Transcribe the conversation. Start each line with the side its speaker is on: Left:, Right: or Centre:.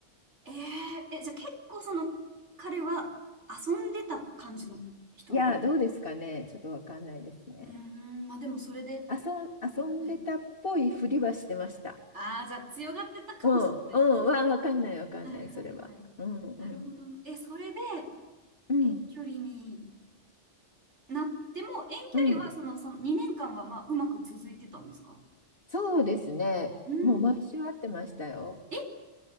Right: えー、え、じゃあ結構その、彼は遊んでた感じの人なの
Left: いやー、どうですかね、ちょっとわかんないですね。
Right: うーん、まあでもそれで、
Left: 遊ん、遊んでたっぽいふりはしてました。
Right: うんああ、じゃあ強がってたかもしれないっていう。
Left: うん、うん、わ、わかんない、わかんない、
Right: はいはいはい。
Left: それは。うん、うん、
Right: なるほどな。え、それで
Left: うん、
Right: 遠距離になっても、遠距離はその、
Left: うん。
Right: その2年間はまあうまく続いてたんですか
Left: そうですね、
Right: うーん。
Left: もう毎週会ってましたよ。
Right: え、